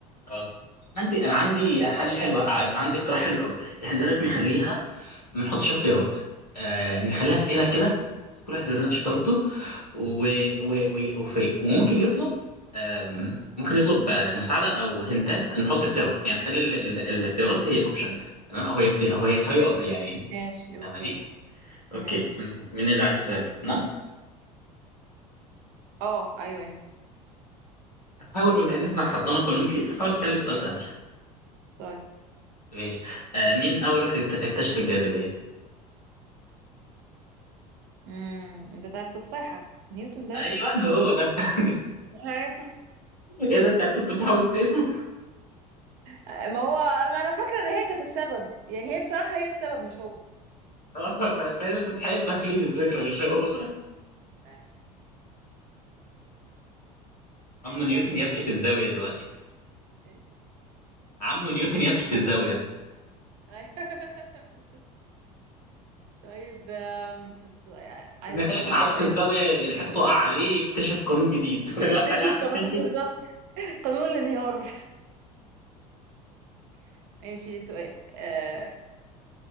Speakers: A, on the left; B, on the right.
A: اه عندي انا عندي حل حلو عن- عندي اقتراح حلو قوي احنا ايه رايك نخليها
B: مم.
A: ما نحطش اختيارات آه نخليها اسئله كده كل واحد يورينا شطارته و... و... و... وفي وممكن يطلب آم، ممكن يطلب آه، مساعده او هنتات نحط اختيارات يعني نخلي ال... ال... الاختيارات هي اوبشن تمام او هي اختي... او هي خيار يعني
B: ماشي اوكي
A: فاهماني
B: ماشي
A: اوكي من مين اللي عليه السؤال انا
B: اه ايوه انت
A: حاول بما ان احنا حطينا قانون جديد فحاول نخلي السؤال سهل
B: طيب
A: ماشي آه مين اول واحد اكت- اكتشف الجاذبيه
B: امم بتاع التفاحة نيوتن باين
A: ايوه هو ده <laughs>
B: أيوة.
A: ايه ده انت عرفت انت بتحاول تنسى اسمه
B: ما هو ما انا فاكره ان هي كانت السبب يعني هي بصراحه هي السبب مش هو
A: آه، ف- فهي اللي تستحق تخليد الذكرى مش هو
B: أيوة.
A: عم نيوتن
B: طيب
A: يبكي
B: بس
A: في الزاوية دلوقتي
B: ايه
A: عم نيوتن يبكي في الزاوية
B: أيوة. <laughs> طيب آم، السؤال عايزه
A: إن خايف
B: اسالك
A: يقعدوا
B: سؤال
A: في الزاوية الحيطة تقع عليه يكتشف قانون جديد <laughs> لا
B: يكتشف
A: يا عم
B: قانون
A: سيبني
B: بالظبط قانون الانهيار <laughs> ماشي سؤال آه